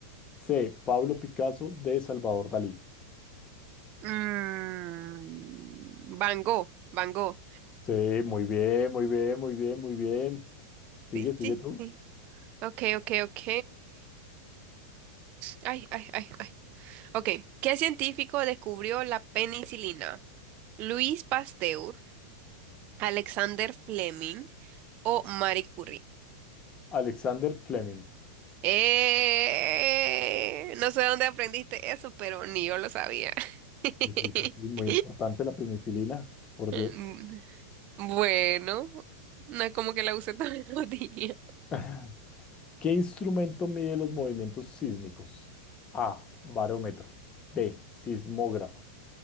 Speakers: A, on the left; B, on the right.
A: C. Pablo Picasso. D. Salvador Dalí.
B: Mm, Van Gogh, Van Gogh.
A: Sí, muy bien, muy bien, muy bien, muy bien. Sigue,
B: Sí,
A: sigue
B: sí,
A: tú.
B: sí. Ok, ok, ok. Ay, ay, ay, ay. Ok, ¿qué científico descubrió la penicilina? ¿Luis Pasteur, Alexander Fleming o Marie Curie?
A: Alexander Fleming.
B: Eh, no sé dónde aprendiste eso, pero ni yo lo sabía. <laughs>
A: Sí, sí, sí, sí, Muy importante la penicilina, por
B: Mm,
A: Dios.
B: Bueno, no es como que la usé todos los días.
A: <laughs> ¿Qué instrumento mide los movimientos sísmicos? A. Barómetro. B. Sismógrafo.